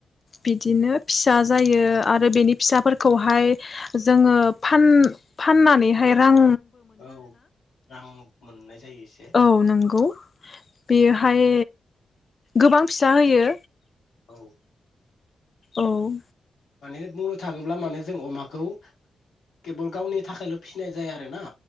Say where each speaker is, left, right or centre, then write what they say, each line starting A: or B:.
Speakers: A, on the left; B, on the left.
A: बिदिनो फिसा जायो आरो बेनि फिसाफोरखौहाय जोङो फान फानना नैहाय रां
B: औ रां मोननाय जायो एसे।
A: औ नंगौ बेहाय गोबां फिसा होयो
B: औ
A: औ
B: माने बुंनो थाङोब्ला माने जों अमाखौ केबोल गावनि थाखायल' फिसिनाय जाया आरो न'